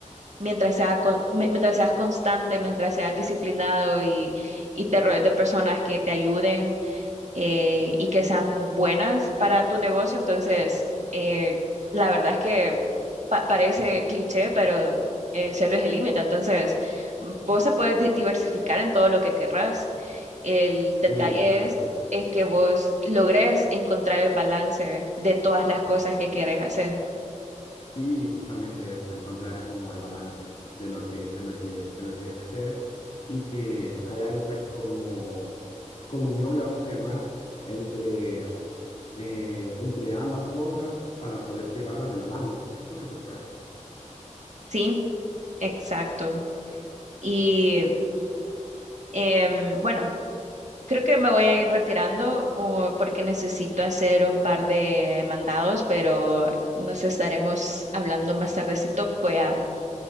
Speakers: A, on the right; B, on the left.
A: mientras sea con- mi- mientras seas constante, mientras seas disciplinado y, y te rodees de personas que te ayuden eh, y que sean buenas para tu negocio. Entonces, eh, la verdad es que pa- parece cliché, pero el cielo es el límite. Entonces, vos se puedes di- diversificar en todo lo que querrás. El detalle
B: sí, exacto.
A: es, es que vos logres encontrar el balance de todas las cosas que quieres hacer.
B: Sí, justamente eso, encontrar como el balance de lo que, de lo que, de lo que querés hacer y que haya esa como comunión, le vamos a llamar, entre, eh, entre ambas cosas para poder llevarlas de la mano. O sea, yo creo que se puede.
A: Sí, exacto. Y em, bueno. Creo que me voy a ir retirando uh, porque necesito hacer un par de mandados, pero nos estaremos hablando más tardecito. Voy a,